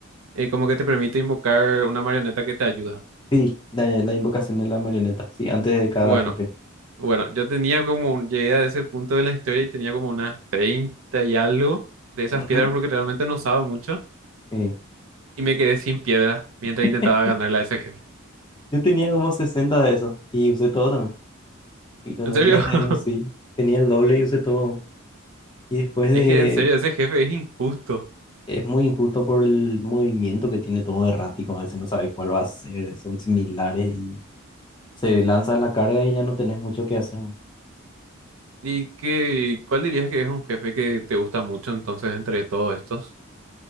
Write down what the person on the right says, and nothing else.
eh, como que te permite invocar una marioneta que te ayuda.
Bueno,
Bueno, yo tenía como, un- llegué a ese punto de la historia y tenía como unas 30 y algo de esas
piedras porque realmente no usaba mucho
y me quedé sin piedras mientras
intentaba ganarle a ese jefe.
En
serio,
<laughs>
es que en serio ese jefe es injusto.
¿Y qué, cuál dirías que es un jefe que te gusta mucho entonces entre todos estos?